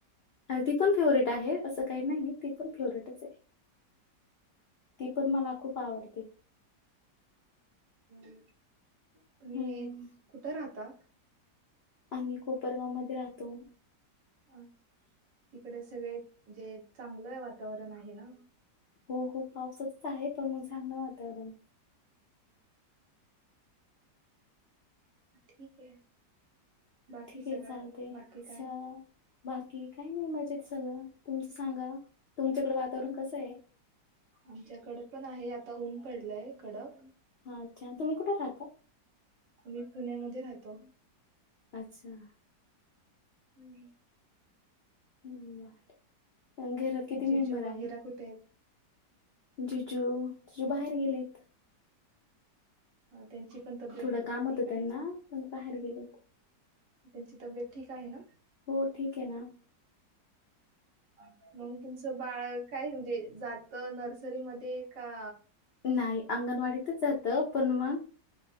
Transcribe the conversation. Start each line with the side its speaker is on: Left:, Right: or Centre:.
Left: अ ती पण फेवर्हेट आहे असं काही नाही ती पण फेवर्हेटच आहे ती पण मला खूप आवडते
Right: ह तूमी
Left: हम्म.
Right: कुठं राहता
Left: आम्ही कोपरगावमध्येध्ये राहतो
Right: अ तिकडे सगळे जे चांगलं वातावरण आहे ना
Left: हो हो पावसच आहे पण मग चांगलं वातावरण
Right: ठीक आहे बाकी
Left: ठीक आहे
Right: सगळं
Left: चालतंय.
Right: बाकी
Left: स
Right: काय
Left: बाकी काय नाही मजेत सगळं तुमचं सांगा तुमच्याकडें वातावरण कसं आहे
Right: आमच्याकडे पण आहे आता ऊन पडलंय कडक
Left: हा अच्छा तुम्ही कुठे राहता
Right: आम्ही पुण्यामध्ये राहतो
Left: अच्छा
Right: हम्
Left: बर घरात किती
Right: जिजू
Left: मेंबर
Right: वगैरे
Left: आहे
Right: कुठे आहेत
Left: जुजू जिजू बाहेर गेलेत
Right: अ, त्यांची पण तब्येत
Left: थोडं काम होतं
Right: ठीक आहे
Left: त्यांना
Right: ना
Left: पण बाहेर गेलेत.
Right: त्यांची तब्येत ठीक आहे ना
Left: हो ठीक आहे ना
Right: हम् मग तुमचं बाळ काय म्हणजे जात नर्सरीमध्ये का
Left: नाही अंगणवाडीतच जात पण मग